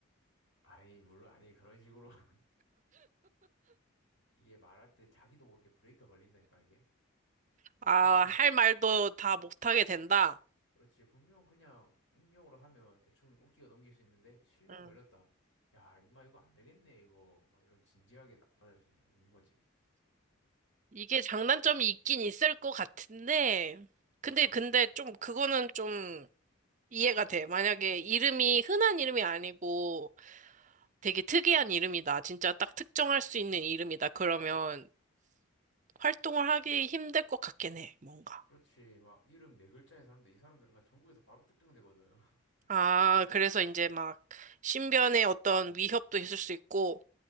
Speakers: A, on the left; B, on the right.
A: 아니, 물론, 아니, 그런 식으로. <laughs> 이게 말할 때 자기도 모르게 브레이크가 걸린다니까, 이게.
B: 아,
A: 그냥,
B: 할 말도 다 못하게 된다.
A: 그렇지. 분명 그냥 익명으로 하면 대충 웃기고 넘길 수 있는데, 실명
B: 응.
A: 걸렸다. 야, 임마, 이거 안 되겠네, 이거. 막 이런 진지하게 받아들일 수 있는 있는 거지.
B: 이게 장단점이 있긴 있을 것 같은데, 근데,
A: 음.
B: 근데 좀, 그거는 좀 이해가 돼. 만약에 이름이 흔한 이름이 아니고 되게 특이한 이름이다. 진짜 딱 특정할 수 있는 이름이다. 그러면 활동을 하기 힘들 것 같긴 해, 뭔가.
A: 그렇지. 막 이름 네 글자인 사람들, 이 사람들은 그냥 전국에서 바로 특정되거든. <laughs>
B: 아, 그래서 이제 막 신변에 어떤 위협도 있을 수 있고